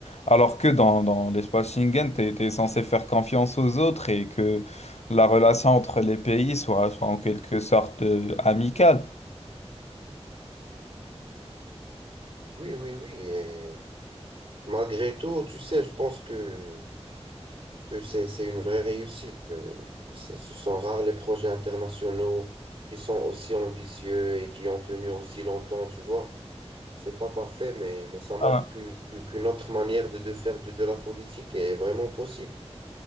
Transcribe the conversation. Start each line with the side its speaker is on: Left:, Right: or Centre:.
Left: alors que dans, dans l'espace Schengen, t'es, t'es censé faire confiance aux autres et que la relation entre les pays soit, soit en quelque sorte, euh, amicale.
Right: Oui, oui, oui. Et malgré tout, tu sais, je pense que, que c'est, c'est une vraie réussite. Euh, c'est- Ce sont rares les projets internationaux qui sont aussi ambitieux et qui ont tenu aussi longtemps, tu vois. C'est pas parfait, mais, mais ça montre
Left: Ah
Right: que, que- qu'une autre manière de, de faire de, de la politique est vraiment possible.